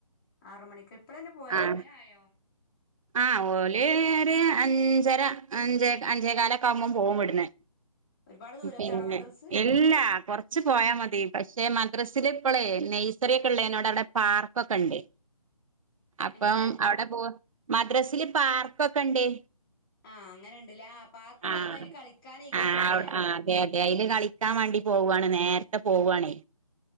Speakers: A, on the left; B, on the right.
A: ആറു മണിക്ക് ഇപ്പളന്നെ പോയ
B: ആഹ്
A: സമയം ആയോ?
B: ആഹ് ഓല് ഒര് അഞ്ചര അഞ്ചേ അഞ്ചേ കാലൊക്കെ ആവുമ്പം പോകും ഇവ്ട്ന്ന്
A: ഒരുപാട് ദൂരത്താണോ
B: പിന്നെ
A: മദ്രസ്
B: ഇല്ലാ കൊറച്ച് പോയാ മതി പഷ് ദേ മദ്രസില് ഇപ്പളെ നയ്സറിക്കെ ഉള്ളനോട് അവ്ടെ പാർക്കൊക്കെണ്ട് അപ്പം
A: എങ്ങനെ
B: അവ്ടെ പോ മദ്രസില് പാർക്കൊക്കെണ്ടേ
A: ആഹ് അങ്ങനെണ്ട്ലെ ആ പാർക്കുണ്ടാവ്മ്പോ
B: ആഹ്
A: അയ്ല് കളിക്കാനയ്ക്കാരലെ
B: ആഹ് ആഹ് അതെ അതെ അയ്ല് കളിക്കാൻ വാണ്ടി പോവാണ് നേരത്തെ പോവ്വാണേ